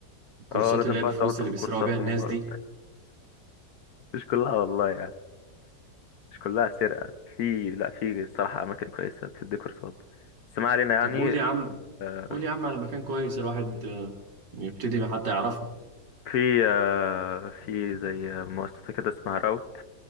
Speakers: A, on the right (about 75°); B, on the left (about 65°).
A: الكورسات
B: اه لازم
A: اللي هي
B: بقى
A: بفلوس
B: تقعد تاخد
A: اللي بيسرقوا
B: كورسات
A: بيها الناس
B: من بره
A: دي
B: <laughs> مش كلها والله مش كلها سرقة في لا في الصراحة أماكن كويسة تدي كورسات بس ما علينا يعني
A: طب قول يا عم
B: آه،
A: قول يا عم على مكان كويس الواحد آه، يبتدي حتى يعرفه
B: في آه، في زي مؤسسة كده اسمها راوت